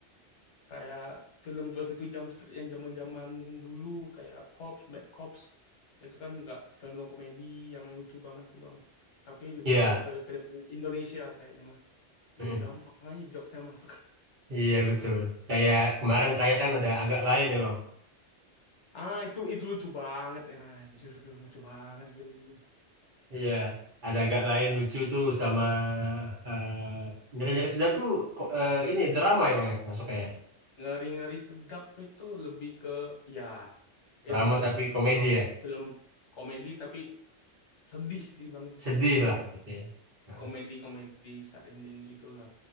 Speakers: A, on the left; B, on the right.
A: kayak film 22 Jump Street yang zaman-zaman dulu kayak Cops, Bad Cops itu kan juga film komedi yang lucu banget tuh Bang. Tapi lebih
B: Iya.
A: sering ke film Indonesia sayangnya mah.
B: Hmm.
A: Lebih gampang aja jokesnya masuk. <laughs>
B: Iya betul. Kayak kemarin kayak kan ada agak lain ya bang.
A: Ah itu itu lucu banget ya anjir lucu banget filmnya.
B: Iya. Ada agak lain lucu tuh sama eh nyeri-nyeri sedap tuh ko- eh, ini drama ya bang ya masuknya. ya?
A: Ngeri-ngeri sedap itu lebih ke ya
B: Drama
A: itu film
B: tapi
A: pertama
B: komedi ya.
A: film komedi tapi sedih sih bang itu
B: Sedih
A: filmnya
B: lah
A: bang
B: gitu ya. Nah,
A: komedi komedi sad ending gitulah